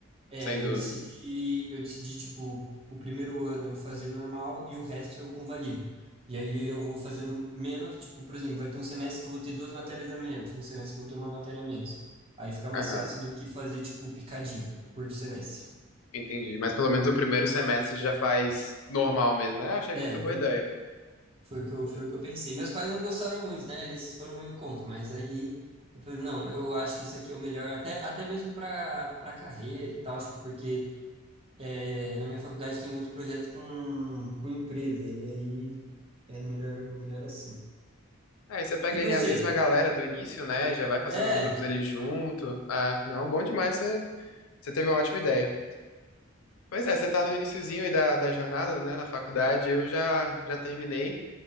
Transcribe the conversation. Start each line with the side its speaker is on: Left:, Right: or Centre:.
Right: é,
Left: Sem
Right: aí
Left: dúvida.
Right: eu decidi, eu decidi, tipo, o primeiro ano eu fazer normal e o resto eu convalido. E aí eu vou fazendo menos, tipo, por exemplo, vai ter um semestre que eu vou ter duas matérias a menos, um semestre que eu vou ter uma matéria a menos. Aí fica mais
Left: Aham,
Right: fácil do que fazer, tipo, picadinho por semestre.
Left: entendi. Mas pelo menos o primeiro semestre já faz normal mesmo, né? Ah, Achei
Right: É,
Left: muito
Right: o
Left: boa
Right: pri-
Left: ideia.
Right: foi o que eu, foi
Left: É,
Right: o que eu pensei. Meus pais não gostaram muito, né? Eles foram meio contra, mas aí eu falei, não, eu acho que isso aqui é o melhor, até, até mesmo para para carreira e tal, tipo, porque É, na minha faculdade tem muito projeto com, com empresa, e aí é melhor, melhor assim.
Left: Aí você pega
Right: E você?
Left: ali a mesma galera do início, né? Já vai fazendo
Right: É,
Left: os grupos ali junto. Ah, não, bom demais, você, você teve uma ótima ideia. Pois é, você tá no iniciozinho aí da, da jornada, né? Na faculdade, eu já, já terminei.